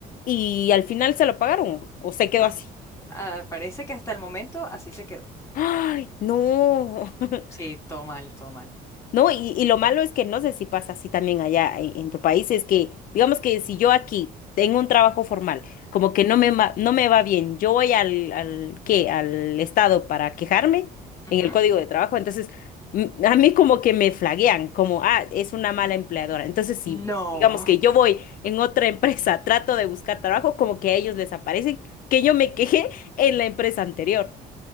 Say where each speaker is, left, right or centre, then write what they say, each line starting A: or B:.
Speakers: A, on the left; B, on the left.
A: Y al final se lo pagaron o se quedó
B: Has-
A: así.
B: ah, parece que hasta el momento así se quedó.
A: Ay, no. <laughs>
B: Sí, todo mal, todo mal.
A: ¿no? Y, y lo malo es que no sé si pasa así también allá en, en tu país, es que, digamos que si yo aquí tengo un trabajo formal, como
B: Ujú,
A: que no me, ma- no me va bien, yo voy al, al, ¿qué? Al Estado para quejarme
B: ujú.
A: en el código de trabajo, entonces mm, a mí como que me flaguean, como, ah, es una mala empleadora. Entonces, si
B: No.
A: digamos que yo voy en otra empresa, <laughs> trato de buscar trabajo, como que a ellos les aparecen que yo me quejé en la empresa anterior.